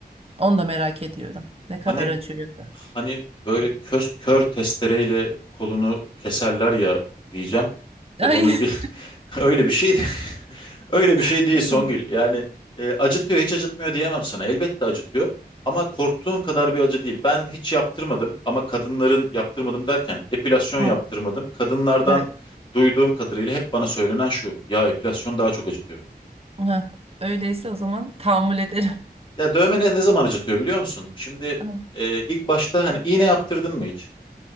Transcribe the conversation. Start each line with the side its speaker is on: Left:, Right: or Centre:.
Right: Onu da merak ediyorum. Ne kadar
Left: Hani
Right: acıyor? da.
Left: hani böyle kös- kör testereyle kolunu keserler ya diyeceğim. Tabii
Right: Ay.
Left: onu bir <laughs> öyle bir şey de- <laughs> öyle bir şey
Right: <laughs>
Left: değil Songül. Yani e, acıtıyor hiç acıtmıyor diyemem sana. Elbette acıtıyor. Ama korktuğum kadar bir acı değil. Ben hiç yaptırmadım ama kadınların yaptırmadım derken epilasyon
Right: Hı,
Left: yaptırmadım. Kadınlardan
Right: evet.
Left: duyduğum kadarıyla hep bana söylenen şu. Ya epilasyon daha çok acıtıyor.
Right: Hı. Öyleyse o zaman tahammül ederim.
Left: Ya dövme ne, ne zaman acıtıyor biliyor musun? Şimdi
Right: Hı,
Left: e, ilk başta hani iğne yaptırdın mı hiç?